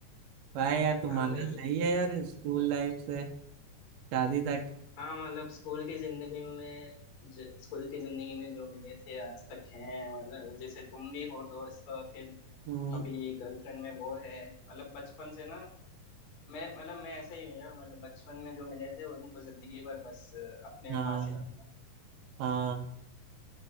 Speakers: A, on the right (about 75°); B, on the left (about 45°).
A: भाई यार तुम्हारा
B: हाँ भाई
A: सही है यार स्कूल लाइफ से शादी तक
B: हाँ मतलब स्कूल की जिंदगी में ज, स्कूल की जिंदगी में जो मिले थे आज तक हैं और जैसे तुम भी हो दोस्त और फिर
A: हम्म,
B: अभी गर्लफ्रेंड में वो है मतलब बचपन से ना मैं मतलब मैं ऐसा ही हूँ यार मतलब बचपन में जो मिले थे उनको जिंदगी भर बस अपने
A: हाँ
B: पास ही रखता हूँ
A: हाँ